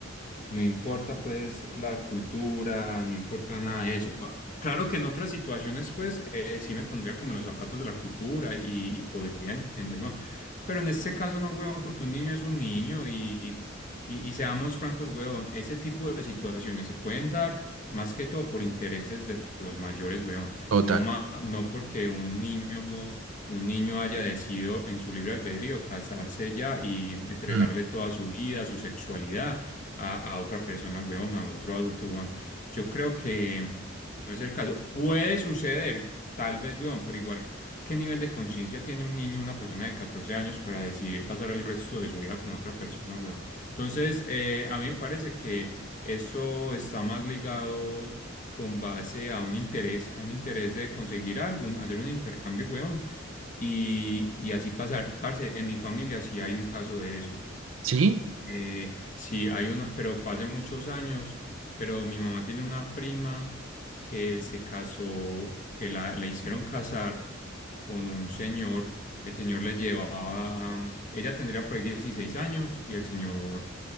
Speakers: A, on the left; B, on the right.
A: No importa pues la cultura, no importa nada de eso. Ah, Claro que en otras situaciones pues eh, sí me pondría como en los zapatos de la cultura y, y podría entender, weón. Pero en este caso no, weón, porque un niño es un niño y, y, y seamos francos, weón, ese tipo de situaciones se pueden dar más que todo por intereses de los mayores, weón.
B: Total.
A: No, ma- no porque un niño, un niño haya decidido en su libre albedrío casarse ya y entregarle
B: Mm.
A: toda su vida, su sexualidad a, a otra persona, weón, a otro adulto, weón. Yo creo que no es el caso. Puede suceder, tal vez, weón, pero igual, ¿qué nivel de conciencia tiene un niño, una persona de 14 años para decidir pasar el resto de su vida con otra persona, weón? Entonces, eh, a mí me parece que eso está más ligado con base a un interés, a un interés de conseguir algo, hacer un intercambio, weón, y, y así pasar. Parce, en mi familia sí hay un caso de eso.
B: ¿Sí?
A: Eh, sí, hay una, pero fue hace muchos años, pero mi mamá tiene una prima que se casó, que la, la hicieron casar con un señor. El señor le llevaba, mm, ella tendría por ahí 16 años y el señor